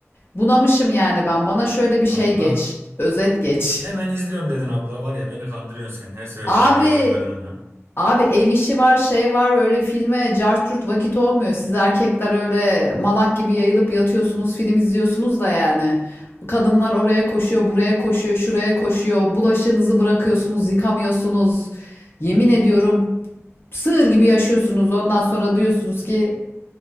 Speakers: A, on the left; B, on the right.
A: Bunamışım yani ben. Bana şöyle bir şey
B: Abla
A: geç. Özet geç.
B: hemen izliyorum dedin abla var ya beni kandırıyorsun sen her seferinde
A: Abi
B: böyle yalanlarınla.
A: Abi ev işi var, şey var, öyle filme cart curt vakit olmuyor. Siz erkekler öyle malak gibi yayılıp yatıyorsunuz, film izliyorsunuz da yani. Kadınlar oraya koşuyor, buraya koşuyor, şuraya koşuyor. Bulaşığınızı bırakıyorsunuz, yıkamıyorsunuz. Yemin ediyorum sığır gibi yaşıyorsunuz. Ondan sonra diyorsunuz ki